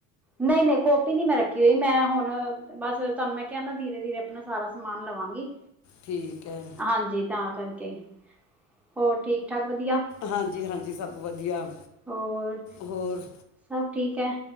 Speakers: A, in the centre; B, on the left (about 45°).
A: ਨਹੀਂ ਨਹੀਂ, ਕੋਟੀ ਨੀ ਮੈਂ ਰੱਖੀ ਹੋਈ, ਮੈਂ ਹੁਣ ਬਸ ਤੁਹਾਨੂੰ ਮੈਂ ਕਿਹਾ ਨਾ ਧੀਰੇ ਧੀਰੇ ਆਪਣਾ ਸਾਰਾ ਸਮਾਨ ਲਵਾਂਗੀ।
B: ਠੀਕ ਐ।
A: ਹਾਂਜੀ, ਤਾਂ ਕਰਕੇ ਹੋਰ ਠੀਕ ਠਾਕ ਵਧੀਆ?
B: ਹਾਂਜੀ ਹਾਂਜੀ, ਸਭ ਵਧੀਆ
A: ਹੋਰ
B: ਹੋਰ?
A: ਸਭ ਠੀਕ ਐ।